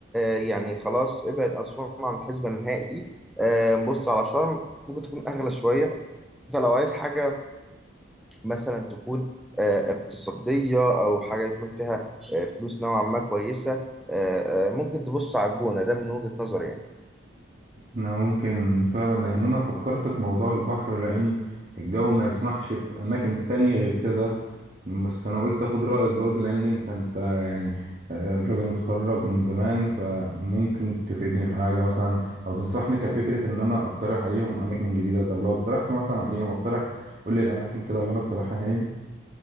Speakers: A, in the centre; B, on the right (about 35°).
A: آه، يعني خلاص ابعد اسوان عن الحسبة النهائي آه، بص على شرم ممكن تكون اغلى شوية فلو عايز حاجة مثلا تكون آه، اقتصادية او حاجة يكون فيها آه، فلوس نوعا ما كويسة آه، آه، ممكن تبص على الجونة ده من وجهة نظري يعني
B: انا ممكن فعلا يعني انا فكرت في موضوع البحر لان الجو ما يسمحش في اماكن تانية غير كده بس انا قلت اخد رايك برضو لان انت انت يعني آه، الراجل متخرج من زمان فممكن تفيدني في حاجه مثلا او تنصحني كفكره ان انا اقترح عليهم اماكن جديده طب لو اقترحت مثلا عليهم اقترح قول لي الاماكن كده اللي انا اقترحها تاني